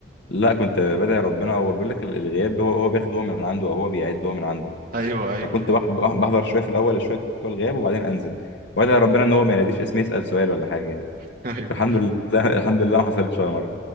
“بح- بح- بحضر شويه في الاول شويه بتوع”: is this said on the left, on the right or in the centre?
Left